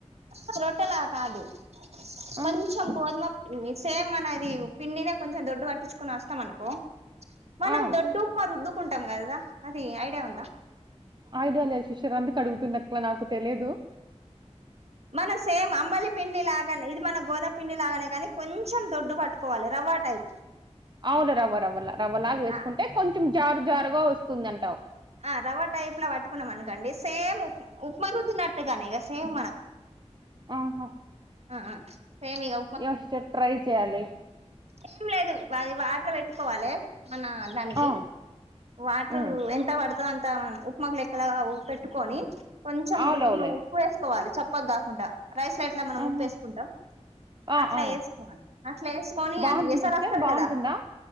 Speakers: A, on the right; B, on the right.
A: ఆ రొట్టెలా కాదు
B: ఆ!
A: కొంచెం గోధమ సేమ్ మనది పిండినే కొంచెం దొడ్డు పట్టించుకుని వస్తాం అనుకో మనం
B: ఆ!
A: దొడ్డు ఉప్మా రుద్దుకుంటాం కదా అది ఐడియా ఉందా
B: ఐడియా లేదు సిస్టర్ అందుకు అడుగుతున్న అట్లా నాకు తెలిదు
A: మనం సేమ్ అంబలి పిండి లాగానే ఇది మన గోధుమ పిండి లాగానే కానీ కొంచెం దొడ్డు పట్టుకోవాలి రవ్వ టైప్
B: అవును రవ్వ రవ్వ రవ్వలాగా వేసుకుంటే
A: ఆ
B: కొంచెం జారు జారుగా వస్తుంది అంటావు
A: ఆ రవ్వ టైప్ లో పట్టుకున్నాం అనుకండి సేమ్ ఉప్ ఉప్మా రుద్దినట్టుగానే ఇక సేమ్ మనం
B: ఆహా
A: ఆ సేమిగా
B: ఏమో సిస్టర్ ట్రై చేయ్యాలి
A: ఏం లేదు అది వాటర్ పెట్టుకోవాలి మన దానికి
B: ఆ,
A: వాటర్
B: ఉమ్,
A: ఎంత పడుతదొ అంత మనం ప్మా కు లెక్కలా పెట్టుకొని కొంచెం
B: అవును
A: ఉ
B: అవులే
A: ఉప్పు వేసుకోవాలి చప్ప కాకుండా రైస్ ల అట్ల మనం
B: ఆహా,
A: ఉప్పువేసుకుంటాం
B: ఆ,
A: అట్లా
B: ఆ.
A: వేసుకోవాలి అట్లా వేసుకున్ నీ
B: బాగుంటుంది
A: అది ఏసారి
B: సిస్టర్
A: వస్తంది
B: బాగుంటుందా
A: కదా